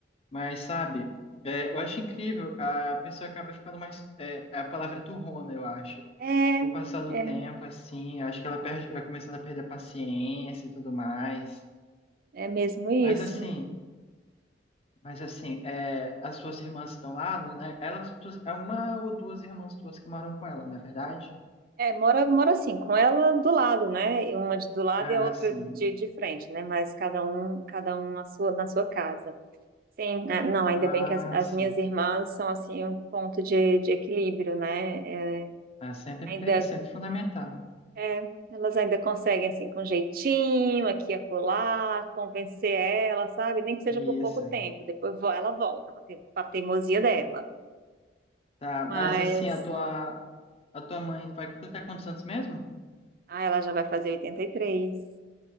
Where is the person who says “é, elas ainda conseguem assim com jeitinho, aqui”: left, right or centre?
Right